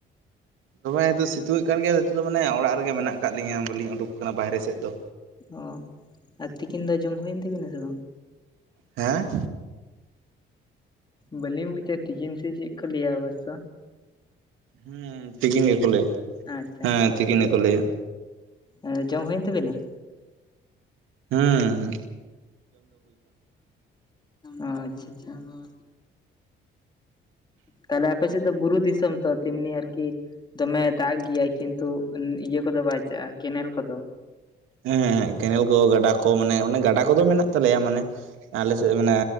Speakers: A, on the right; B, on the left.
A: ᱫᱚᱢᱮ ᱱᱤᱛᱚᱜ ᱥᱤᱛᱩᱝ ᱮᱫ ᱠᱟᱱ ᱜᱮᱭᱟ ᱱᱤᱛᱚᱜ ᱫᱚ ᱢᱟᱱᱮ, ᱚᱲᱟᱜ ᱨᱮᱜᱮ ᱢᱮᱱᱟᱜ ᱟᱠᱟᱫ ᱞᱤᱧᱟᱹ ᱵᱟᱞᱤᱧ ᱩᱰᱩᱠ ᱠᱟᱱᱟ ᱵᱟᱦᱨᱮ ᱥᱮᱫ ᱫᱚ᱾
B: ᱚ ᱟᱨ ᱛᱤᱠᱤᱱ ᱫᱚ ᱡᱚᱢ ᱦᱩᱭᱮᱱ ᱛᱟᱵᱤᱱᱟ ᱥᱮ ᱵᱟᱝ?
A: ᱦᱮᱸ?
B: ᱵᱟᱹᱞᱤᱧ ᱵᱩᱡᱟ, ᱛᱤᱠᱤᱱ ᱥᱮ ᱪᱮᱫ ᱠᱚ ᱞᱟᱹᱭᱟ ᱵᱚᱥᱥᱚ?
A: ᱦᱮᱸ ᱛᱤᱠᱤᱱ ᱜᱮᱠᱚ ᱞᱟᱹᱭᱟ,
B: ᱟᱪᱪᱷᱟ
A: ᱦᱮᱸ ᱛᱤᱠᱤᱱ ᱜᱮᱠᱚ ᱞᱟᱹᱭᱟ।
B: ᱮ ᱡᱚᱢ ᱦᱩᱭᱮᱱ ᱛᱟᱹᱵᱤᱱᱟ?
A: ᱦᱩᱸ ᱦᱩᱸ᱾
B: ᱚ ᱟᱪᱪᱷᱟ ᱟᱪᱪᱷᱟ ᱚ᱾ ᱛᱟᱦᱞᱮ ᱟᱯᱮ ᱥᱮᱫ ᱫᱚ ᱵᱩᱨᱩ ᱫᱤᱥᱚᱢ ᱛᱚ ᱛᱮᱢᱱᱤ ᱟᱨᱠᱤ᱾ ᱫᱚᱢᱮ ᱫᱟᱜ ᱜᱮᱭᱟᱭ ᱠᱤᱱᱛᱩ ᱤᱭᱟᱹ ᱠᱚᱫᱚ ᱵᱟᱭᱪᱟᱜ-ᱟᱭ ᱠᱮᱱᱮᱞ ᱠᱚᱫᱚ᱾
A: ᱦᱮᱸ ᱦᱮᱸ ᱠᱮᱱᱮᱞ ᱠᱚ ᱜᱟᱰᱟ ᱠᱚ ᱢᱟᱱᱮ ᱚᱱᱮ ᱜᱟᱰᱟ ᱠᱚᱫᱚ ᱢᱮᱱᱟᱜ ᱛᱟᱞᱮᱭᱟ ᱢᱟᱱᱮ ᱟᱞᱮᱥᱮᱫ ᱫᱚ ᱢᱟᱱᱮ᱾